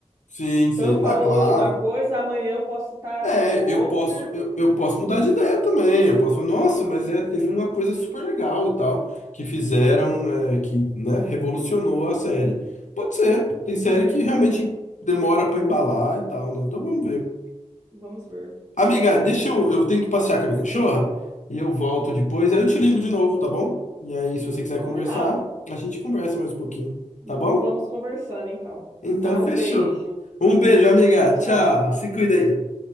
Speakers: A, on the left; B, on the right.
A: Sim,
B: Então
A: sim.
B: eu falo
A: Ah, claro.
B: hoje uma coisa, amanhã eu posso estar achando
A: É,
B: outra.
A: eu posso, eu, eu posso mudar de ideia também. Eu posso falar,
B: Sim,
A: nossa, mas
B: sim,
A: é, teve uma coisa super legal e tal, que fizeram,
B: sim, sim.
A: é, que, né, revolucionou a série. Pode ser, tem série que realmente
B: É,
A: demora pra embalar e tal, né? Então vamos ver.
B: Vamos ver.
A: Amiga, deixa eu, eu tenho que passear com a minha cachorra e eu volto depois, aí eu te ligo de novo, tá bom? E aí, se você quiser
B: Combinado.
A: conversar, a gente conversa mais um pouquinho,
B: Vamos
A: tá bom?
B: conversando então.
A: Então
B: Tá? Um
A: fechou.
B: beijo.
A: Um beijo, amiga.
B: Tchau, tchau.
A: Tchau. Se cuida aí.